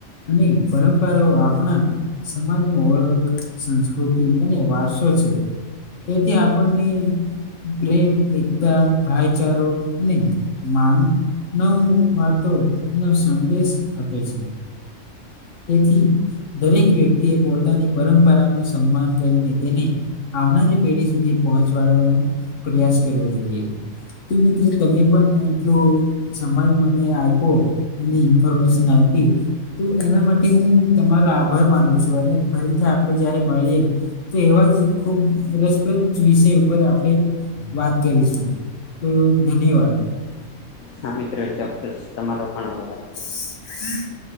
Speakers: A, on the left; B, on the left.
A: અને પરંપરાઓ આપણા સમાજની ઓળખ સંસ્કૃતિ અને વારસો છે. તેથી આપણને પ્રેમ, એકતા, ભાઈચારો અને માન નવ વાતોનો સંદેશ આપે છે. તેથી દરેક વ્યક્તિ એ પોતાની પરંપરાનું સન્માન કરીને તેને આવનારી પેઢી સુધી પહોંચવાડવાનો પ્રયાસ કરવો જોઈએ. તો મિત્રો તમે પણ એટલો સમય મને આઈપો એની ઇન્ફોર્મેશન આપી. તો એના માટે હું તમારો આભાર માનું છું અને ફરીથી આપડે જ્યારે મળીએ તો એવા જ ખૂબ રસપ્રદ વિષય ઉપર આપડે વાત કરીશું તો ધન્યવાદ
B: હા મિત્ર ચોક્કસ તમારો પણ આભાર
A: હમ <unintelligible>